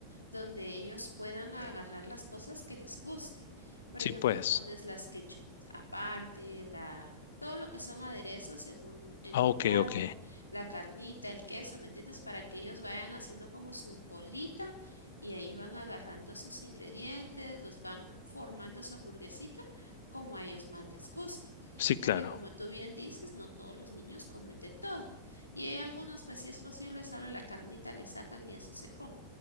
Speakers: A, on the left; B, on the left.
A: donde ellos puedan agarrar las cosas que les guste. Por
B: Sí,
A: ejemplo,
B: pues.
A: pones las ketchup aparte, la, todo lo que son aderezos en un, en
B: Ah,
A: un
B: ok,
A: lado,
B: ok.
A: la carnita, el queso, ¿me entiendes? Para que ellos vayan haciendo como su colita y ahí van agarrando sus ingredientes, los van formando su hamburguesita como a ellos más les guste
B: Sí, claro.
A: porque como tú bien dices, no todos los niños comen de todo. Y hay algunos, pues si es posible, solo la carnita le sacan y eso se come.